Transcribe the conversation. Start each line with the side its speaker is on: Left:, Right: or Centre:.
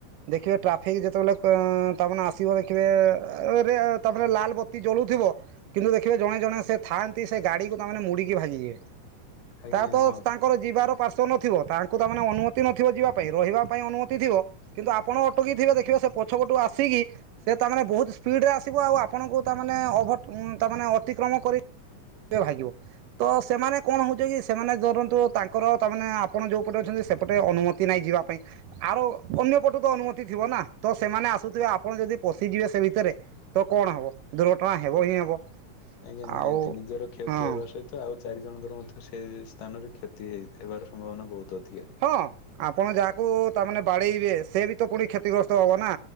Right: ଦେଖିବେ ଟ୍ରାଫିକ୍ ଯେତେବେଳେ, ଅ ତାମାନେ ଆସିବ ଦେଖିବେ ରେ ତା ମ ଲାଲ ବତି ଜଳୁଥିବ କିନ୍ତୁ ଦେଖିବେ ଜଣେ ଜଣେ ସେ ଥାଆନ୍ତି ସେ ଗାଡିକୁ ତାମାନେ ମୁଡିକି ଭାଙ୍ଗିବେ
Left: ଆଜ୍ଞା
Right: ତା ତ
Left: ହଁ।
Right: ତାଙ୍କର ଯିବାର ପାର୍ଶ୍ଵ ନଥିବ ତାଙ୍କୁ ତା ମାନେ ଅନୁମତି ନଥିବ ଯିବା ପାଇଁ ରହିବା ପାଇଁ ଅନୁମତି ଥିବ କିନ୍ତୁ ଆପଣ ଅଟକିଥିବେ ଦେଖିବେ ସେ ପଛ ପଟୁ ଆସିକି ସେ ତାମାନେ ବହୁତ ସ୍ପିଡ ରେ ଆସିବ ଆଉ ଆପଣଙ୍କୁ ତାମାନେ ଓଭର ତାମାନେ ଅତିକ୍ରମ କରି ଭାଗିବ ତ ସେମାନେ କଣ ହଉଛି କି ସେମାନେ ଧରନ୍ତୁ ତାଙ୍କର ତାମାନେେ ଆପଣ ଯୋଉ ପଟେ ଅଛନ୍ତି ସେପଟେ ଅନୁମତି ନାଇଁ ଯିବା ପାଇଁ ଆର ଅନ୍ୟପଟୁ ତ ଅନୁମତି ଥିବ ନା? ତ ସେମାନେ ଆସୁଥିବେ ଆପଣ ଯଦି ପଶିଯିବେ ସେ ଭିତରେ ତ କଣ ହବ ଦୁର୍ଘଟଣା ହେବ ହିଁ ହେବ।
Left: ଆଜ୍ଞା ନିହାତି
Right: ଆଉ
Left: ନିଜର କ୍ଷତି
Right: ହଁ
Left: ହେବା ସହିତ ତ ଆଉ ଚାରିଜଣଙ୍କର ମଧ୍ୟ ସେ ସ୍ଥାନରେ କ୍ଷତି ହେ ହେବାର ସମ୍ଭାବନା ବହୁତ ଅଧିକା।
Right: ହଁ ଆପଣ ଯାହାକୁ ତାମାନେ ବାଡେଇବେ ସେ ବି ତ ପୁଣି କ୍ଷତିଗ୍ରସ୍ତ ହବ ନା।